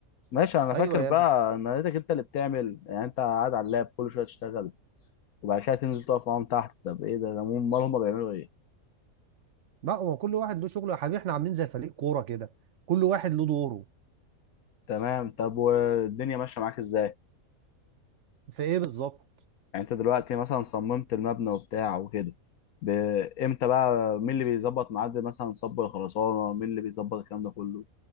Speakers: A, on the left; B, on the right.
A: ماشي انا
B: ايوه
A: فاكر
B: يا
A: بقى ان لقيتك انت اللي بتعمل يعني انت قاعد على اللاب كل شويه تشتغل وبعد كده تنزل تقف معاهم تحت طب ايه ده ده امال هم بيعملوا ايه
B: لا هو كل واحد له شغله يا حبيبي احنا عاملين زي فريق كوره كده كل واحد له دوره
A: تمام طب والدنيا ماشيه معاك ازاي
B: في ايه بالظبط
A: يعني انت دلوقتي مثلا صممت المبنى وبتاع وكده ب- امتى بقى مين اللي بيظبط ميعاد مثلا صب الخرسانه مين اللي بيظبط الكلام ده كله